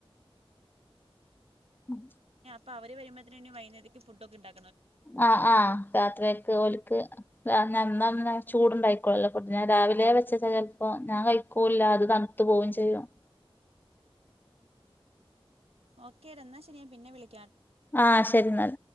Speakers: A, on the left (about 20°); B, on the right (about 85°).
A: ഉം
B: ഇപ്പ അവര് വരുമ്പേത്തിനന്നെ വൈന്നേര്ത്ത്ക്ക് ഫുഡോക്കെ ഇണ്ടാ
A: ആ ആ രാത്രിയേക്ക് ഓല് ക്ക് <unintelligible> ചൂടുണ്ടായിക്കോളല്ലോ ഫുഡ്ന് ഞാന് രാവിലെ വെച്ചെച്ചാൽ ചെലപ്പോ ഞാൻ കഴി ക്കൂല്ലാ അത്‌ തണ്ത്തു പോവും ചെയ്യും
B: ഓക്കെ ടാ എന്നാ ശരി ഞാൻ പിന്നെ വിളി
A: ആ ശരിന്നാൽ